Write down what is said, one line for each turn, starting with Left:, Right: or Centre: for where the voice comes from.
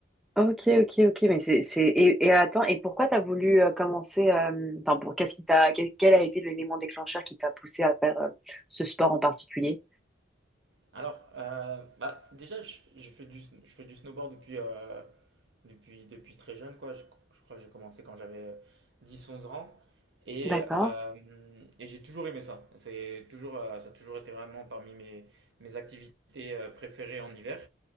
Centre: Ok, ok, ok, mais c'est, c'est, et, et attends, et pourquoi t'as voulu euh, commencer, euh, enfin, pour, qu'est-ce qui t'a, quel, quel a été l'élément déclencheur qui t'a poussé à faire euh, ce sport en particulier?
Right: Alors, euh, bah, déjà, je, je fais du, je fais du snowboard depuis, euh, depuis, depuis très jeune, quoi. Je, je crois que j'ai commencé quand j'avais euh, dix onze ans. Et,
Centre: D'accord,
Right: euh, et j'ai toujours aimé ça. C'est toujours, euh, ça a toujours été vraiment parmi mes, mes activités euh, préférées en hiver.